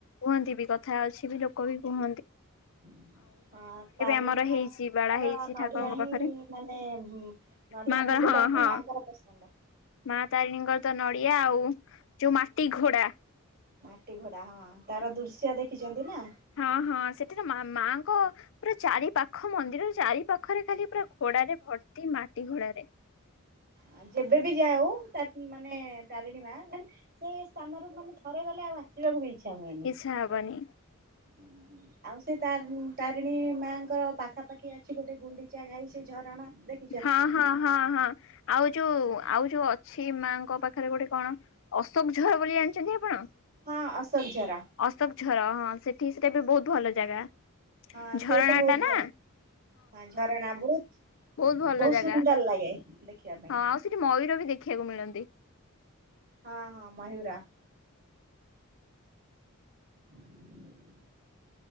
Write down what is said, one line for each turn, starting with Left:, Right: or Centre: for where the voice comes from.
Left: କୁହନ୍ତିବି କଥାରେ ଅଛିବି ଲୋକବି କୁହ
Right: <inaudible> ହଁ ତାରିଣୀ
Left: ଆମର
Right: ମାଙ୍କର
Left: ହେଇଛି ବାଡା ହେଇଛି
Right: ନଡ଼ିଆହିଁ
Left: ଠାକୁରଙ୍କ ପାଖରେ
Right: ମାନେ ନଡ଼ିଆ
Left: ମାଙ୍କର
Right: ଭୋଗଟାହିଁ
Left: ହଁ ହଁ।
Right: ମାଁଙ୍କର ପସନ୍ଦ।
Left: ମା ତାରିଣୀଙ୍କରତ ନଡ଼ିଆ ଆଉ ଯୋଉ ମାଟି ଘୋଡା।
Right: ମାଟି ଘୋଡ଼ା ହଁ ତାର ଦୃଶ୍ୟ ଦେଖିଚନ୍ତିନା?
Left: ହଁ ହଁ ସେଠିତ ମା ମାଙ୍କ ପୁରା ଚାରି ପାଖ ମନ୍ଦିର ଚାରି ପାଖରେ ଖାଲି ପୁରା ଘୋଡ଼ାରେ ଭର୍ତ୍ତି ମାଟି ଗୋଡ଼ରେ।
Right: ଆଉ ଯେବେବି ଯାଉ ତାରି ମାନେ ତାରିଣୀ ମା ମାନେ ସେ ସ୍ଥାନରୁ ମାନେ ଥରେ ଗଲେ ଆଉ ଆସିବାକୁବି ଇଚ୍ଛା ହୁଏନି
Left: ଇଚ୍ଛା ହବନି।
Right: ହୁଁ। ଆଉସେ ତାରି ତାରିଣୀ ମାଙ୍କର ପାଖାପାଖି ଅଛି ଗୋଟେ ଗୁଣ୍ଡିଚା ଘାଇ ସେଝରଣା ଦେଖ
Left: ହଁ ହଁ ହଁ ହଁ ଆଉ ଯୋଉ ଆଉ ଯୋଉ ଅଛି ମାଁଙ୍କ ପାଖରେ ଗୋଟେ କଣ ଅଶୋକ ଝର ବୋଲି ଜାଣିଚନ୍ତି ଆପଣ?
Right: ହଁ ଆସୋକ ଝରା।
Left: ଅଶୋକ ଝର ହଁ ସେଠି ସେଟାବି ବହୁତ୍ ଭଲ ଜାଗା।
Right: ହଁ
Left: ଝରଣା
Right: ସେତ ବହୁତ୍
Left: ଟା
Right: ଭଲ
Left: ନା
Right: ହଁ ଝରଣା ବହୁତ୍
Left: ବହୁତ ଭଲ
Right: ବହୁତ୍
Left: ଜାଗା
Right: ସୁନ୍ଦର ଲାଗେ ଦେଖିବା ପାଇଁ।
Left: ହଁ ଆଉ ସେଠି ମୟୂରବି ଦେଖିବାକୁ ମିଳନ୍ତି।
Right: ହଁ ହଁ ମୟୁର। <inaudible>